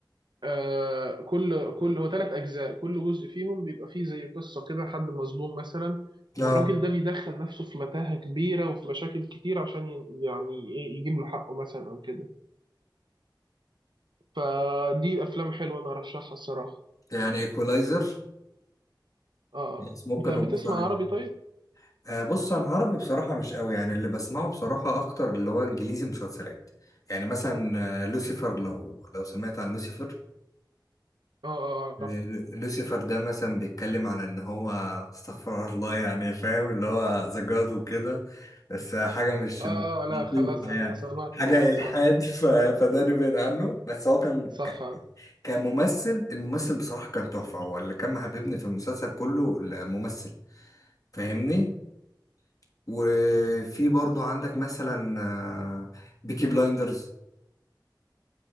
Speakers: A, on the right (about 70°); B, on the left (about 45°).
A: آه كل كل هو ثلاث أجزاء كل جزء فيهم بيبقى فيه زي قصة كده حد مظلوم مثلا
B: لا
A: والراجل ده بيدخل نفسه في متاهة كبيرة وفي مشاكل كتير عشان ي- يعني إيه يجيب له حقه مثلا أو كده فدي أفلام حلوة أنا أرشحها الصراحة
B: يعني ايكولايزر
A: آه
B: بس
A: آه.
B: ممكن
A: أنت بتسمع
B: مم. نبص على
A: عربي
B: دي
A: طيب؟
B: آه بص انا عربي بصراحه مش قوي يعني اللي بسمعه بصراحه اكتر اللي هو انجليزي مسلسلات يعني مثلا آه، لوسيفر لو لو سمعت عن لوسيفر
A: آه آه
B: ل-
A: أعرف
B: لوسيفر ده مثلا بيتكلم عن ان هو استغفر الله يعني فاهم اللي هو ذا جاد وكده بس آه، حاجه مش
A: آه آه، لا
B: منطقية
A: خلاص أنا
B: يعني
A: سمعت
B: حاجه
A: الموضوع
B: الحاد
A: ده آه،
B: ف... فده نبعد عنه بس هو كان
A: صح
B: ك-
A: آه
B: كممثل الممثل بصراحه كان تحفه هو اللي كان محببني في المسلسل كله الممثل فاهمني وفي برضو عندك مثلا آه، بيكي بلايندرز